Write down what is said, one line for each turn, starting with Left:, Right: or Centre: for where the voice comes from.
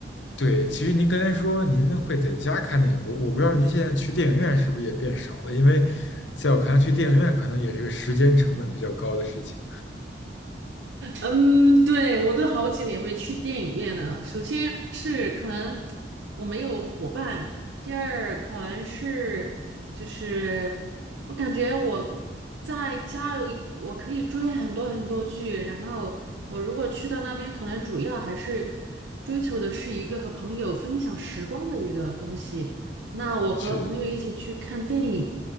Left: 对，其实您刚才说您会在家看电影，我我不知道您现在去电影院是不是也变少了，因为在我看来，去电影院可能也是个时间成本比较高的事情。
Right: 嗯，对，我都好几年没去电影院了。首先是可能我没有伙伴，第二可能是就是我感觉我在家有一我可以追很多很多剧，然后我如果去到那边，可能主要还是追求的是一个和朋友分享时光的一个东西。那我和朋友一起去看电影。
Left: 是的，